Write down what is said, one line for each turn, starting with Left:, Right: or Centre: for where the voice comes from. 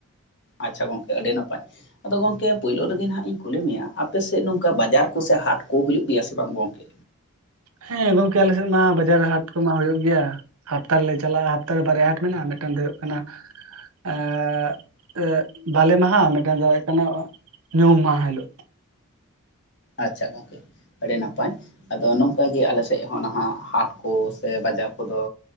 Left: ᱟᱪᱪᱷᱟ ᱜᱚᱝᱠᱮ ᱟᱹᱰᱤ ᱱᱟᱯᱟᱭ ᱟᱫᱚ ᱜᱚᱝᱠᱮ ᱯᱳᱭᱞᱳ ᱨᱮᱜᱮ ᱦᱟᱜ ᱤᱧ ᱠᱩᱞᱤ ᱢᱮᱭᱟ ᱟᱯᱮᱥᱮᱫ ᱱᱚᱝᱠᱟ ᱵᱟᱡᱟᱨ ᱠᱚᱥᱮ ᱦᱟᱴ ᱠᱚ ᱦᱩᱭᱩᱜ ᱜᱮᱭᱟ ᱥᱮ ᱵᱟᱝ ᱜᱚᱝᱠᱮ
Right: ᱦᱮᱸ ᱜᱚᱝᱠᱮ ᱟᱞᱮᱥᱮᱫ ᱢᱟ ᱵᱟᱡᱟᱨ ᱦᱟᱴ ᱠᱚᱢᱟ ᱦᱩᱭᱩᱜ ᱜᱮᱭᱟ ᱦᱟᱯᱛᱟ ᱨᱮᱞᱮ ᱪᱟᱞᱟᱜᱼᱟ ᱦᱟᱯᱛᱟᱨᱮ ᱵᱟᱨᱭᱟ ᱦᱟᱴ ᱢᱮᱱᱟᱜᱼᱟ ᱢᱤᱫᱴᱮᱱ ᱫᱚ ᱦᱩᱭᱩᱜ ᱠᱟᱱᱟ ᱟᱜ ᱵᱟᱞᱮ ᱢᱟᱦᱟ ᱟᱨ ᱢᱤᱫᱴᱟᱝ ᱫᱚ ᱦᱩᱭᱩᱜ ᱠᱟᱱᱟ ᱧᱩᱢ ᱢᱟᱦᱟ ᱦᱤᱞᱳᱜ
Left: ᱟᱪᱪᱷᱟ ᱜᱚᱝᱠᱮ ᱟᱹᱰᱤ ᱱᱟᱯᱟᱭ ᱟᱫᱚ ᱱᱚᱝᱠᱟᱜ ᱜᱮ ᱟᱞᱮ ᱥᱮᱫ ᱦᱚᱸ ᱱᱟᱦᱟᱜ ᱦᱟᱴ ᱠᱚ ᱥᱮ ᱵᱟᱡᱟᱨ ᱠᱚᱫᱚ